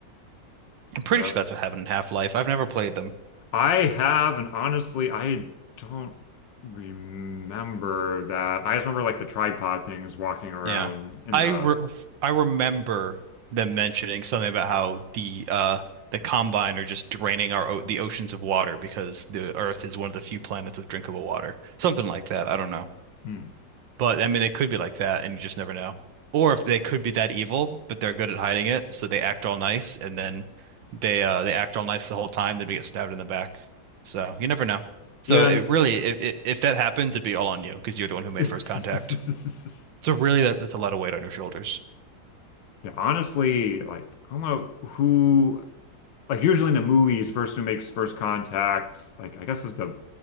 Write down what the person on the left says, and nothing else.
Yeah. That's.
I have, and honestly, I don't remember that. I just remember like the tripod things walking around
in
the.
Hmm.
Yeah.
And <laughs>
Yeah, honestly, like I don't know who like usually in the movies, the person who makes first contact, like I guess is the